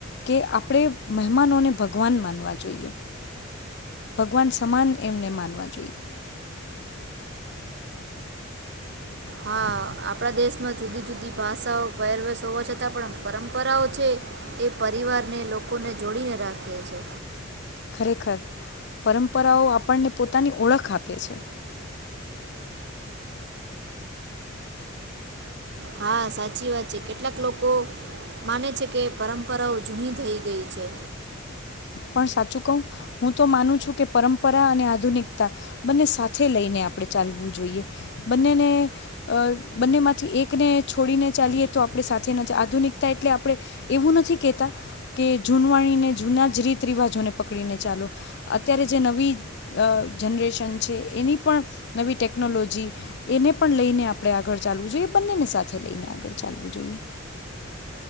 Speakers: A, on the left; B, on the right.
A: કે આપણે મહેમાનોને ભગવાન માનવા જોઈએ ભગવાન સમાન એમને માનવા જોઈએ.
B: હા આપણા દેશમાં જુદી-જુદી ભાષાઓ પેહરવેસ હોવા છતાં પણ પરંપરાઓ છે એ પરિવારને લોકોને જોડીને રાખીએ છે.
A: ખરેખર પરંપરાઓ આપણને પોતાની ઓળખ આપે છે.
B: હા સાચી વાત છે કેટલાક લોકો માને છે કે પરંપરાઓ જૂની થઈ ગઈ છે.
A: પણ સાચું કહું, હું તો માનું છું કે પરંપરા અને આધુનિકતા બંને સાથે લઈને આપણે ચાલવું જોઈએ. બંનેને બંનેમાંથી એકને છોડીને ચાલીએ તો આપણે સાથે આધુનિકતા એટલે આપણે એવું નથી કહેતા, કે જૂનવાણીને જૂના જ રીત રિવાજોને પકડીને ચાલો અત્યારે જે નવી અ જનરેશન છે એની પણ નવી ટેકનોલોજી એને પણ લઈને આપણે આગળ ચાલવું જોઈએ બંનેને સાથે લઈને આગળ ચાલવું જોઈએ.